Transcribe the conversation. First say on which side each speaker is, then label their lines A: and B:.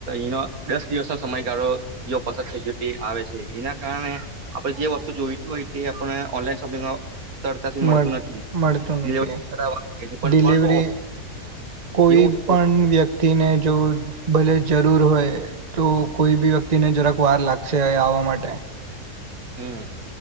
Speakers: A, on the right (about 70°); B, on the right (about 30°).
A: એનો દસ દિવસ ના સમય પસંદ છે આવે છે એના કારણે આપણેે જે વસ્તુ જોઈ હોય તે આપ ઓનલાઈન શોપિંગમાં સરળતાથી મળતું
B: મળ
A: નથી
B: મળતું
A: ડિલિવરી
B: નથી
A: થતા વાર લાગે છે પણ
B: ડિલિવરી
A: પરંતુ
B: કોઈ
A: એવું
B: પણ વ્યક્તિને જો ભલે જરૂર હોય તો કોઈ બી વ્યક્તિને જરાક વાર લાગશે આવવા માટે
A: હમ